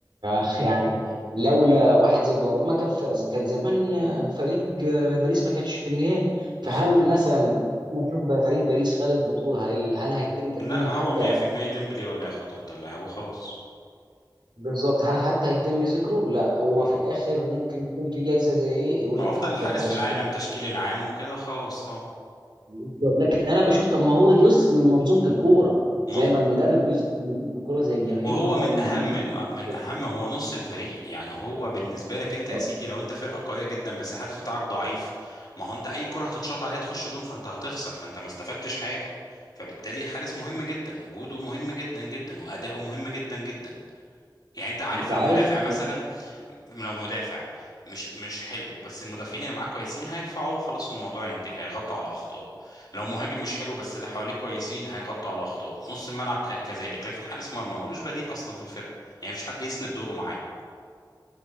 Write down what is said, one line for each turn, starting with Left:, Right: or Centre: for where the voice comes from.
Right: فيعني لولا واحد زي دوناروما كان ف... كان زمان آه، فريق آه، باريس ما كانش في النهائي فهل
Left: مظبوط
Right: مثلا نشوف فريق باريس خد البطوله هي... هل هيتم تكريمه
Left: لا
Right: حتى
Left: هو 100% ديمبلي ولا ياخد افضل لاعب وخلاص
Right: بالظبط هل حتى هيتم ذكره؟ لا هو
Left: لا.
Right: في الاخر ممكن يكون في جايزه زي ايه يقول
Left: هو
Right: لك
Left: افضل
Right: افضل
Left: حارس
Right: حارس
Left: في العالم
Right: في العالم
Left: تشكيل العام وكده خلاص اه
Right: بالظبط. لكن انا بشوف طب ما هو جزء من منظومه الكوره
Left: مظبوط
Right: زي ما المدرب جزء من منظومه الكوره زي الجماهير
Left: وهو
Right: ما هو
Left: من
Right: من
Left: اهم
Right: ضمن
Left: ال- من
Right: <laughs>
Left: اهم هو نص الفريق يعني هو بالنسبه لك
Right: بالظبط.
Left: انت يا سيدي لو انت فرقه قويه جدا بس الحارس بتاعك ضعيف ما هو انت اي كره هتتشاط عليها تخش جون فانت هتخسر فانت ما استفدتش حاجه فبالتالي الحارس مهم جدا وجوده مهم جدا جدا واداؤه مهم جدا جدا يعني انت عارف
Right: انت
Left: لو
Right: عارف
Left: مدافع مثلا لو مدافع مش مش حلو بس المدافعين اللي معاه كويسين هيرفعوه خلاص والموضوع ينتهي هيغطوا على اخطاء لو مهاجم مش حلو بس اللي حواليه كويسين هيغطوا على اخطاء نص الملعب ك- كذلك لكن حارس مرمى ملوش بديل اصلا في الفرقه يعني مفيش حد يسند دوره معاه